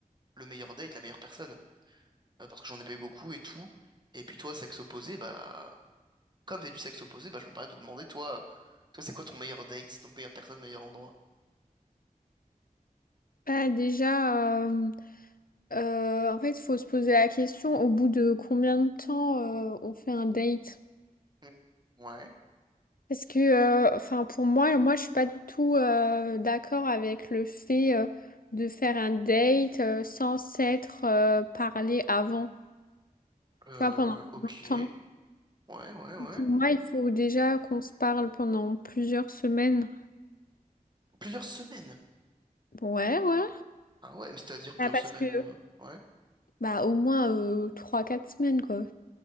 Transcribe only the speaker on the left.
Bah déjà, euh, euh, en fait, il faut se poser la question au bout de combien de temps euh, on fait un date?
Parce que, euh, enfin, pour moi, moi, je suis pas du tout euh, d'accord avec le fait euh, de faire un date euh, sans s'être euh, parlé avant,
tu vois, pendant
longtemps.
Pour moi, il faut déjà qu'on se parle pendant plusieurs semaines.
Ouais, ouais.
Bah, parce
que...
Bah, au moins euh, 3-4 semaines, quoi.